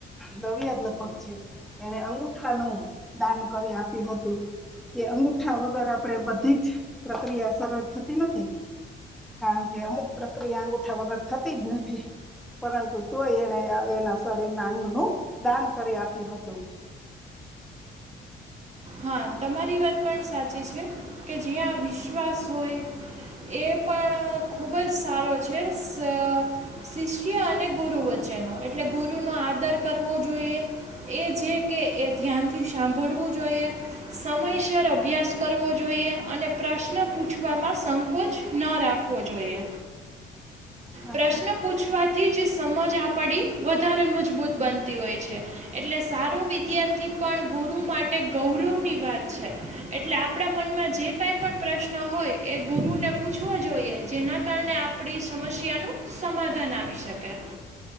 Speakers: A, in the centre; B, on the right.
A: લવ્ય જ લગભગ છે, એને અંગુઠ ઠા નું દાન કરી આપ્યું હતું. કે અંગુઠા વગર આપડે બધી જ પ્રક્રિયા સરળ થતી નથી. કારણ કે અમુક પ્રક્રિયા અંગુઠા વગર થતી જ નથી. પરંતુ તોય એણે એના શરીરના અંગનું દાન કરી આપ્યું હતું.
B: હા તમારી વાત પણ સાચી છે કે જ્યાં વિશ્વાસ હોય. એ પણ ખૂબ જ સારો છે શ શિષ્ય અને ગુરુ વચ્ચે. ચેનો એટલે ગુરુનો આદર કરવો જોઈએ. એ જે કે એ ધ્યાનથી સાંભળવું જોઈએ. સમયસર અભ્યાસ કરવો જોઈએ અને પ્રશ્ન. પૂછવામાં સંકોચ ન રાખવો જોઈએ.
A: હા
B: પ્રશ્ન
A: હા
B: પૂછવાથી જ સમજ આપડી વધારે મજબૂત બનતી હોય છે. એટલે સારો વિદ્યાર્થી પણ ગુરુ માટે ગૌરવની વાત છે એટલે. આપણા મનમાં જે કાંઈ પણ પ્રશ્ન હોય એ ગુરુને પૂછવો જોઈએ. જેના કારણે આપણી સમસ્યાનું સમાધાન આવી શકે.